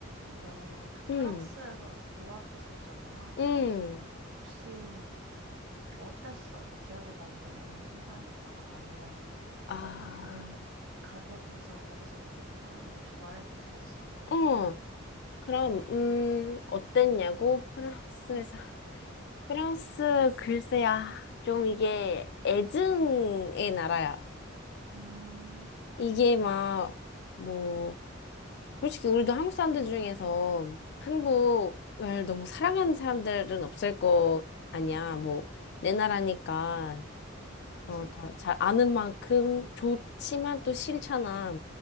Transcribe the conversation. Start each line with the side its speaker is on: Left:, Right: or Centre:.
Right: 너 그 프랑스에서
Left: 음,
Right: 유학했었잖아.
Left: 음,
Right: 혹시 어땠어? 기억에 남는 순간이 있다거나 아니면
Left: 아,
Right: 어떻게 가게 돼서 거기선 어떻게 살았는지 혹시 말해줄 수 있어?
Left: 어, 그럼, 음,
Right: 응,
Left: 어땠냐고? 프랑스에서.
Right: 응,
Left: <laughs> 프랑스, 글쎄야, 좀 이게 애증의
Right: 응,
Left: 나라야.
Right: 응,
Left: 이게 막, 뭐, 솔직히 우리도 한국 사람들 중에서 한국을
Right: 응,
Left: 너무 사랑하는 사람들은 없을 거 아니야. 뭐, 내 나라니까,
Right: 응. 그치?
Left: 어, 다- 잘 아는 만큼 좋지만 또 싫잖아.